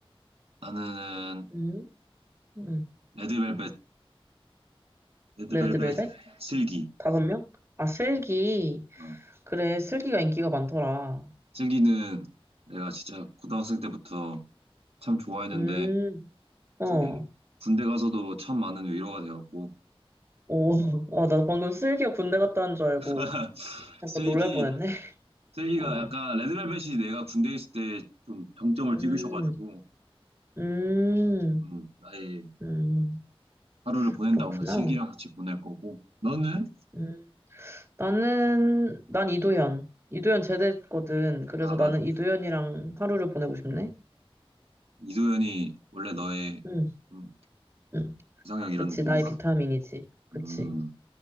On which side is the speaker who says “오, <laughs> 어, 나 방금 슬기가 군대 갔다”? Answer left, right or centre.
Right